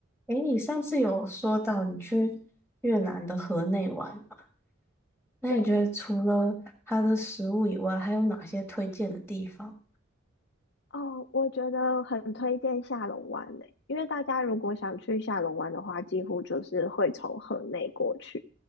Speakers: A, in the centre; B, on the left.
A: 诶，你上次有说到你去越南的河内玩嘛？那你觉得除了它的食物以外，
B: 对，
A: 还有哪些推荐的地方？
B: 哦，我觉得很推荐下龙湾呢，因为大家如果想去下龙湾的话，几乎就是会从河内过去。